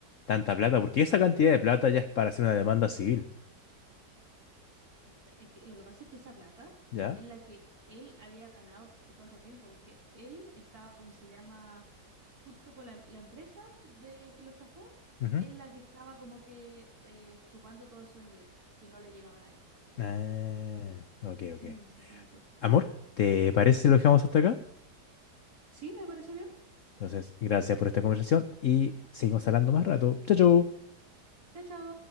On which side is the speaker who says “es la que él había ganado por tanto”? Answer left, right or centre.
Right